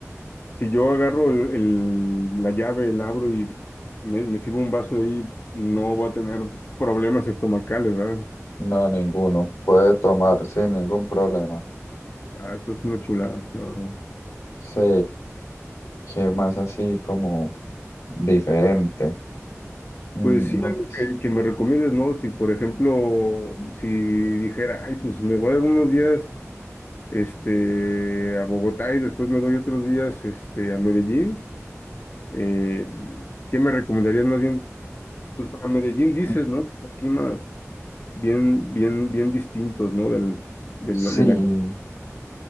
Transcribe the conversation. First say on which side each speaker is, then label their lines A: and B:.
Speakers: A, on the left (about 40°); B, on the left (about 85°).
A: si yo agarro el, el- la llave, el abro y me, me sirvo un vaso ahí, no voy a tener problemas estomacales, ¿verdad?
B: No, ninguno. Puede tomar sin ningún problema.
A: Ah, eso es una chulada, la verdad.
B: Sí, que más así como diferente. Mm,
A: Pues sí,
B: No,
A: algo
B: pues,
A: que, que me recomiendes, ¿no? Si, por ejemplo, si dijera, ay, pues me voy a dar unos días este, a Bogotá y después me doy otros días, este, a Medellín. Eh, ¿qué me recomendarías más bien? Pues para Medellín dices,
B: mm,
A: ¿no? Que son climas bien, bien, bien distintos, ¿no? Del, del,
B: sí,
A: de la cap-